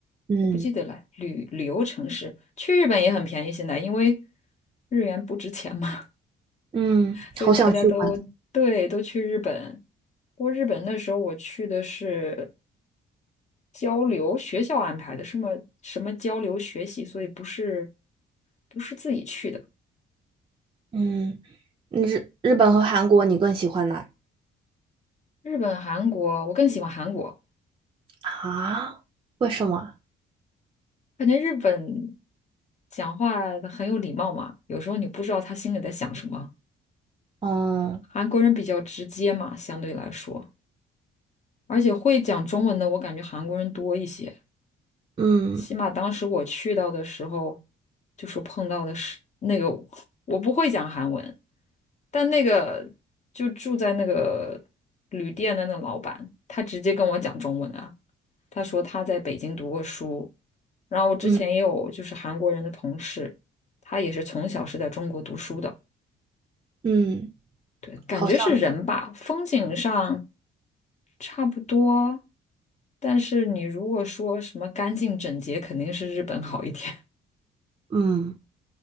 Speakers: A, on the right; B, on the left.
A: 嗯
B: 我不记得了。旅旅游城市去日本也很便宜，现在因为日元不值钱嘛，
A: 嗯，
B: <laughs> 所以大家都对都去日本。
A: 好想去玩。
B: 不过日本那时候我去的是交流，学校安排的，什么什么交流学习，所以不是不是自己去的。
A: 嗯，日日本和韩国你更喜欢哪？
B: 日本、韩国，我更喜欢韩国。
A: 啊？为什么？
B: 感觉日本讲话很有礼貌嘛，有时候你不知道他心里在想什么。
A: 哦，
B: 韩国人比较直接嘛，相对来说，而且会讲中文的，我感觉韩国人多一些。
A: 嗯
B: 起码当时我去到的时候，就是碰到的是那个我，不会讲韩文，但那个就住在那个旅店的那个老板，他直接跟我讲中文啊，他说他在北京读过书，然后我之前也有就是韩国人的同事，
A: 嗯
B: 他也是从小是在中国读书的。
A: 嗯，
B: 对，感觉是人吧，
A: 好像，
B: 风景上差不多，但是你如果说什么干净整洁，肯定是日本好一点。
A: 嗯。